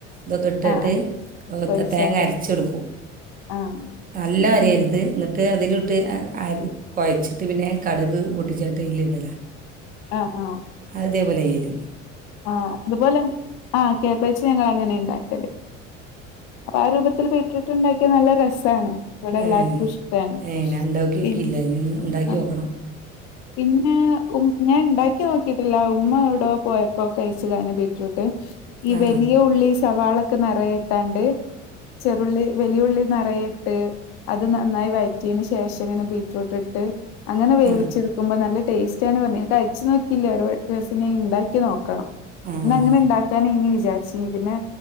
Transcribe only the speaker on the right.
ഇതൊക്കെ ഇട്ടിട്ട്
തേങ്ങ അരച്ചെടുക്കും
നല്ല അരയരുത് എന്നിട്ട് അതിലിട്ട് അരി കുഴച്ചിട്ട് പിന്നെ കടുക് പൂട്ടിച്ചേട്ട ഇൽ ഇടല
അതേപോലെ എലി
ഏ
ഏ ഞാൻ ഉണ്ടാക്കി
നോക്കിയില്ല ഇനി ഒന്ന് ഉണ്ടാക്കി
നോക്കണം
ആ ആ
ആ
ആ